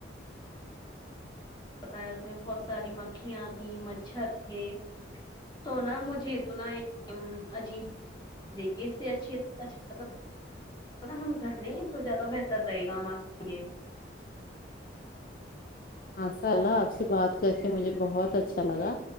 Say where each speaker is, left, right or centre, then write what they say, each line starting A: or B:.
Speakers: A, on the left; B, on the left.
A: بتایا اس میں بہت ساری مکھیاں تھیں مچھر تھے تو نا مجھے اتنا عجیب دیکھیے اس سے اچھھی اچھا نا ہم گھر لیں تو زیادہ بہتر رہے گا ہمارے لیے
B: ماشاء اللہ آپ سے بات کر کے مجھے بہت اچھا لگا